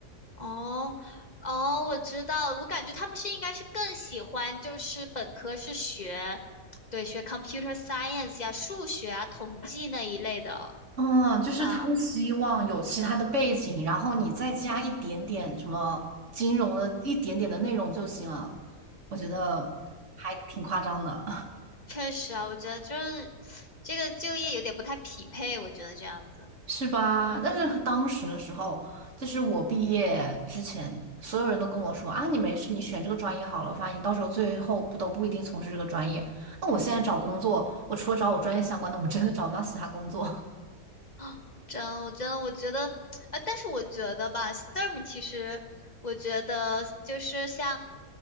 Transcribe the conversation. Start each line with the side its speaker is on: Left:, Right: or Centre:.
Left: 哦，哦，我知道了，我感觉他们是应该是更喜欢，就是本科是学，对，学 computer science 呀、数学啊、统计那一类的
Right: 嗯，就是他们希望有其他的背景，
Left: 吧。
Right: 然后你再加一点点什么金融的一点点的内容就行了。我觉得还挺夸张的，
Left: 确实啊，我觉得就是这个就业有点不太匹配，我觉得这样子。
Right: <laughs> 是吧？但是当时的时候，就是我毕业之前，所有人都跟我说啊，你没事，你选这个专业好了，反正你到时候最后不都不一定从事这个专业。那我现在找工作，我除了找我专业相关的，我真的找不到其他工作。
Left: 啊，真，我真的，我觉得，呃，但是我觉得吧，STEM 其实，我觉得就是像